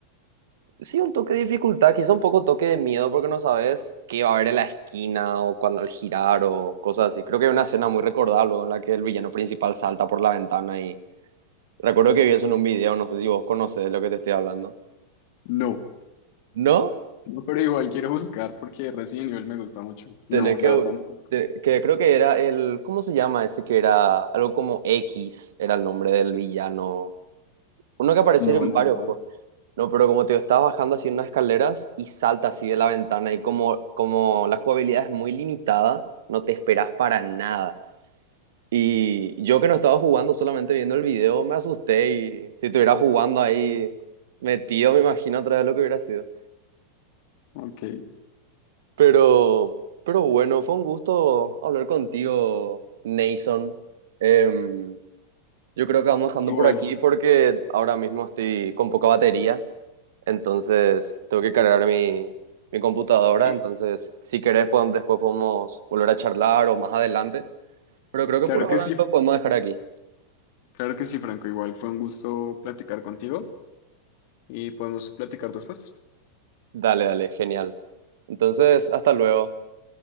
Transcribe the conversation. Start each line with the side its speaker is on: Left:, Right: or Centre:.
Right: Sí, un toque de dificultad, quizá un poco toque de miedo porque no sabes qué va a haber en la esquina o cuando al girar o cosas así. Creo que hay una escena muy recordable en la que el villano principal salta por la ventana y recuerdo que vi eso en un video, no sé si vos conocés de lo que te estoy hablando.
Left: No,
Right: ¿No?
Left: no, pero igual quiero buscar porque Resident Evil me gusta mucho. No,
Right: Tenés que...
Left: la verdad no conozco.
Right: te- que creo que era el... ¿Cómo se llama ese que era? Algo como X era el nombre del villano. Uno que apareció
Left: No,
Right: en
Left: la
Right: varios
Left: verdad.
Right: juegos. No, pero como te digo, estaba bajando así unas escaleras y salta así de la ventana y como, como la jugabilidad es muy limitada, no te esperas para nada. Y yo que no estaba jugando, solamente viendo el video, me asusté y si estuviera jugando ahí metido, me imagino otra vez lo que hubiera sido.
Left: Ok.
Right: Pero, pero bueno, fue un gusto hablar contigo, Nason. Em, yo creo que vamos dejando
Left: Igual.
Right: por aquí porque ahora mismo estoy con poca batería. Entonces, tengo que cargar mi, mi computadora.
Left: Y-
Right: Entonces, si querés, podemos- después podemos volver a charlar o más adelante. Pero creo que
Left: Claro
Right: por ahora
Left: que sí,
Right: lo podemos dejar aquí.
Left: claro que sí, Franco. Igual fue un gusto platicar contigo y podemos platicar después.
Right: Dale, dale, genial. Entonces, hasta luego.